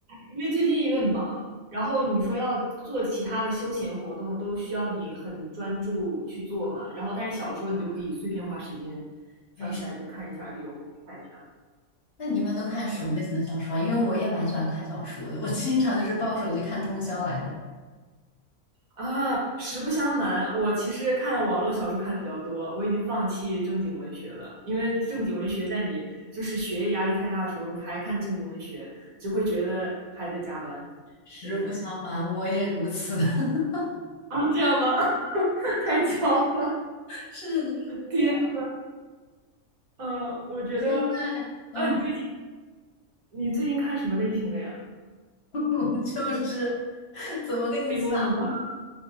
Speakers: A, on the right (about 80°); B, on the left (about 50°).
A: 因为最近有点忙，然后你说要做其他的休闲活动，都需要你很专注去做嘛，然后但是小说你就可以碎片化时间，
B: 平时，
A: 想起来就看一下，就有空就看一下，
B: 那你一般都看什么类型的小说啊？
A: 是吧？
B: 因为我也蛮喜欢看小说的，我经常就是抱手机看通宵来着。
A: 啊，实不相瞒，我其实看网络小说看的比较多，我已经放弃正经文学了，因为正经文学在你就是学业压力太大的时候，你还看正经文学，只会觉得还在加班，
B: 实不相瞒，
A: 真的。
B: 我也如此。<laughs>
A: 啊，这样吗？<laughs> 太巧了，
B: 是的，是的。
A: 天呐，呃，我觉得，
B: 我现在，嗯，
A: 啊，你最近你最近看什么类型的呀？
B: <laughs> 我就是。<laughs> 怎么跟你讲？
A: 可以问的吗？<laughs>